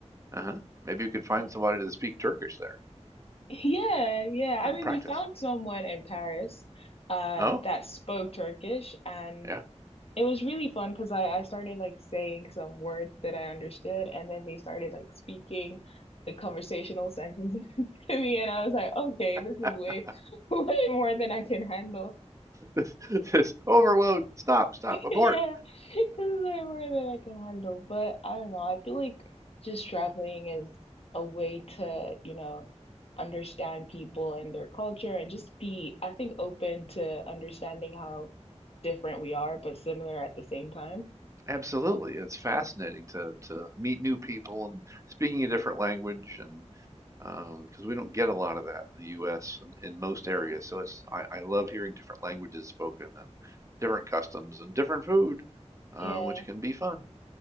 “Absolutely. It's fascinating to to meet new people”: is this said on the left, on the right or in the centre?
Right